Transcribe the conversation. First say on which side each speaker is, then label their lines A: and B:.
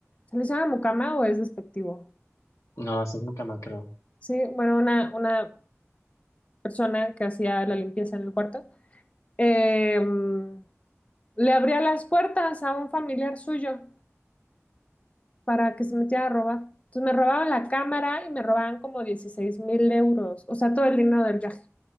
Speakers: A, on the left; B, on the left.
A: ¿se le llama mucama o es despectivo?
B: no, así es muy creo.
A: Sí, bueno, una, una persona que hacía la limpieza en el cuarto, em, le abría las puertas a un familiar suyo. para que se metiera a robar. Entonces me robaban la cámara y me robaban como dieciséis mil euros, o sea, todo el dinero del viaje.